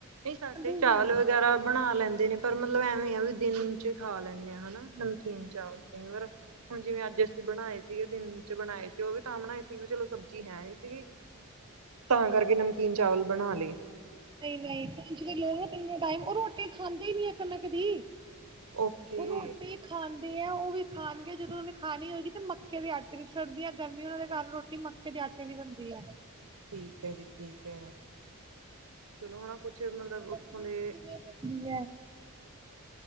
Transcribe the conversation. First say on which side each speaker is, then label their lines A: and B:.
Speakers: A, on the right; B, on the right.
A: ਨਈ ਸਾਡੇ
B: ਖਾਂਦੇ ਹੀ
A: ਚਾਵਲ
B: ਨਹੀਂ
A: ਵਗੈਰਾ
B: ਹੈ
A: ਬਣਾ ਲੈਂ ਦੇ ਨੇ ਪਰ ਮਤਲਬ ਐਵੇਂ ਆ ਵੀ ਦਿਨ ਚ ਖਾ ਲੈਂਨੇ ਆ ਹਨਾ ਨਮਕੀਨ ਚਾਵਲ ਕਈ ਵਾਰ ਹੁਣ ਜਿਵੇਂ ਅੱਜ ਅਸੀਂ ਬਣਾਏ ਸੀਗੇ ਦਿਨ ਚ ਬਣਾਏ ਸੀ ਔ ਵੀ ਤਾਂ ਬਣਾਏ ਸੀ ਵੀ ਚਲੋ ਸਬਜ਼ੀ ਹੈ ਨੀ ਸੀਗੀ ਤਾਂ ਕਰਕੇ ਨਮਕੀਨ ਚਾਵਲ ਬਣਾ ਲੇ।
B: ਨਈ-ਨਈ ਪੂੰਛ ਦੇ ਲੋਕ ਤੀਨੋ ਟਾਈਮ ਔ ਰੋਟੀ ਖਾਂਦੇ ਈ ਨੀ ਐ ਕਣਕ ਦੀ।
A: ਓਕੇ
B: ਔ ਰੋਟੀ ਖਾ ਦੇ ਐ ਵੀ ਖਾਣਗੇ ਜਦੋਂ ਓਨੇ ਖਾਣੀ ਹੋਏਗੀ ਤੇ ਮੱਕੇ ਦੇ ਆਟੇ ਵੀ ਸਰਦੀਆਂ ਗਰਮੀ ਉਨਾਂ ਦੇ ਕਰ ਰੋਟੀ ਮੱਕੇ ਦੇ ਆਟੇ ਦੀ ਬਣਦੀ ਐ।
A: ਠੀਕ ਐ ਜੀ ਠੀਕ ਐ। ਚਲੋ ਹਣਾ ਕੁੱਛ ਮਤਲਬ ਓਥੋਂ
B: ਕਦੇ
A: ਦੇ
B: ਕਿਵੇਂ ਬਣਦੀ ਹੈ